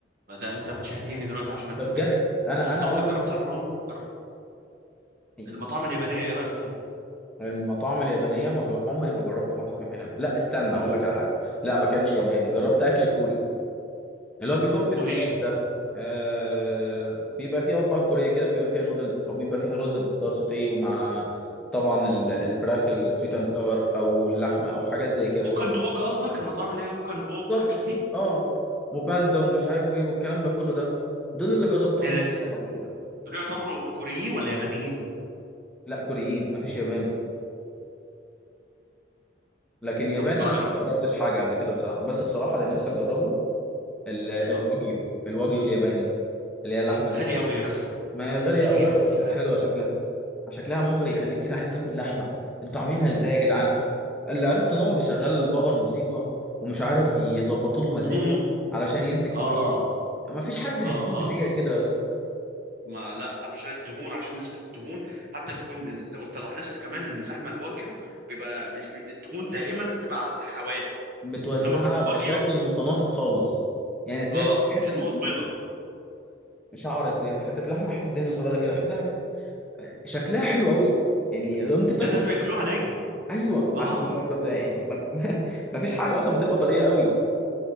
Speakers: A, on the right (about 50°); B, in the centre.
A: ده انت بتشهيني دلوقتي عشان اكل
B: ده بجد
A: بيتزا
B: انا
A: بس انت
B: انا
A: عمرك
B: اول
A: جربت
B: مره
A: الرم الر-
B: يعني
A: المطاعم اليابانيه ايه رايك فيها
B: المطاعم اليابانية ما جر... عمري ما جربت مطعم ياباني لا استنى أقول لك على حاجة لا ما كانش ياباني جربت أكل كوري اللي هو بيكون في
A: هو
B: المولات
A: ايه
B: ده آه... بيبقى فيه أطباق كورية كده بيبقى فيها نودلز أو بيبقى فيها رز بخضار سوتيه ومع طبعا ال- الفراخ السويت أند ساور أو اللحمة أو حاجات زي كده
A: ووك اند ووك قصدك المطاعم اللي هي ووك اند ووك
B: بالظبط
A: والحاجات دي
B: أه وباندا ومش عارف إيه والكلام ده كله ده دول اللي جربتهم
A: يعني
B: قبل كده
A: دول يعتبروا كوريين ولا يابانيين
B: لا كوريين مفيش ياباني لكن ياباني
A: طب ما
B: أنا
A: جربت
B: ما جربتش حاجة قبل كده بصراحة بس بصراحة اللي نفسي أجربه ال- الواجيو
A: ايوه
B: الواجيو الياباني اللي هي اللحمه اللي
A: غالي قوي يا اسطى
B: ما هي غاليه
A: غاليه
B: قوي يا
A: قوي
B: اسطى بس حلوه شكلها شكلها مغري يخليك كده عايز تاكل لحمه انتوا عاملينها ازاي يا جدعان اللي عرفت ان هو بيشغل البقر موسيقى ومش عارف يظبطوا له مزاج
A: <laughs>
B: علشان ينتج كويس
A: اه
B: ما فيش حد
A: اه
B: بيهتم بيها
A: اه
B: كده يا اسطى
A: ما لا علشان الدهون عشان نسبة الدهون حتى بيكون ال- لو انت لاحظت كمان ان اللحمة الواجيو بيبقى مش مش- الدهون دائما بتبقى على الحواف
B: متوزعه
A: انما في الواجيو
B: بشكل متناسق خالص يعني تلاقي
A: اه
B: حته
A: كأنه
B: لحمه
A: بيضة
B: بشعر الدهن حته لحمه حته دهن صغيره كده حته لحمه حتة... شكلها حلو قوي يعني لو ممكن تاكل
A: ده الناس بياكلوها ني
B: ايوه
A: اه
B: عشان ببقى يعني ما <laughs> ما فيش حاجه اصلا بتبقى طريه قوي